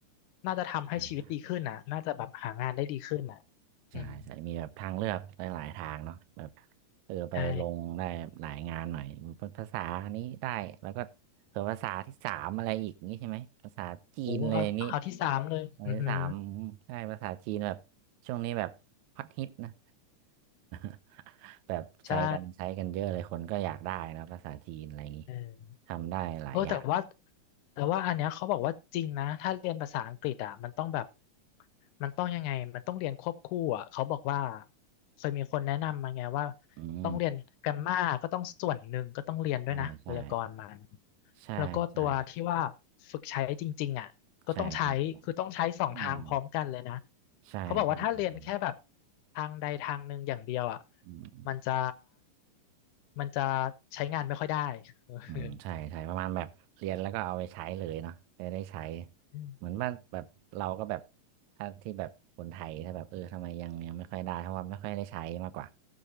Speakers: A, on the left (about 75°); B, on the right (about 75°).
A: น่าจะทำให้ชีวิตดีขึ้นน่ะน่าจะแบบหางานได้ดีขึ้นน่ะ
B: อมใช่ใช่มีแบบทางเลือกหลายๆทางเนาะแบบ
A: อืม
B: เออไปลงได้หลายงานหน่อย
A: ใช่
B: ภาษานี้ได้ แล้วก็เผื่อภาษาที่สามอะไรอีกนี้ใช่ไหมภาษาจีนเลยนี้
A: โอ้เอาเอาที่สามเลยอือหือ
B: ภาษาที่สามอืมใช่ภาษาจีนแบบช่วงนี้แบบฮอตฮิตนะ <laughs> แบบใช้กันใช้กันเยอะเลยคนก็อยากได้นะภาษาจีนอะไรอย่างนี้
A: ใช่ เออ
B: ทำได้หลายอย่าง
A: โอ้แต่ว่าแต่ว่าอันเนี้ยเขาบอกว่าจริงนะถ้าเรียนภาษาอังกฤษอ่ะมันต้องแบบมันต้องยังไง มันต้องเรียนควบคู่อ่ะเขาบอกว่าเคยมีคนแนะนำมาไงว่า
B: อืม
A: ต้องเรียนแกรมมาก็ต้องส่วนหนึ่งก็ต้องเรียนด้วยนะไวยากรณ์มัน
B: ใช่ใช่ใช่ใช่
A: แล้วก็ตัวที่ว่าฝึกใช้จริงๆอ่ะ ก็ต้องใช้คือต้องใช้สองทางพร้อมกันเลยนะ
B: ใช่ใช่อืมใช่ใช่อ
A: เขาบอกว่าถ้าเรียนแค่แบบทางใดทางหนึ่งอย่างเดียวอ่ะ
B: ืม
A: มันจะ มันจะใช้งานไม่ค่อยได้ <laughs>
B: อืมใช่ใช่ประมาณแบบเรียนแล้วก็เอาไปใช้เลยเนาะไปได้ใช้
A: อืม
B: เหมือนว่าแบบเราก็แบบถ้าที่แบบคนไทยถ้าแบบเออทำไมยังยังไม่ค่อยได้เพราะว่าไม่ค่อยได้ใช้มากกว่า